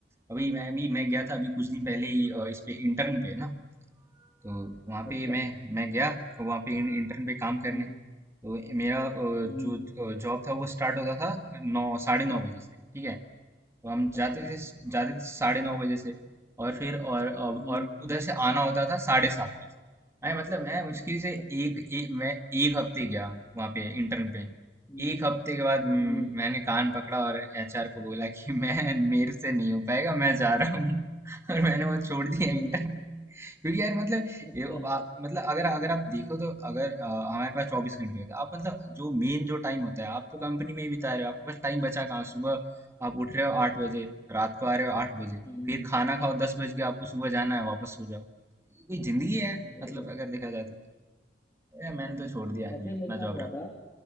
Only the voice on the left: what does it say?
अच्छा
हम्म
हम्म
अच्छा
हम्म,
अच्छा
हम्म
हम्म
हम्म,
अच्छा
हम्म
हम्म,
बिल्कुल
ऐसे
ही
मेरे साथ
हुआ
था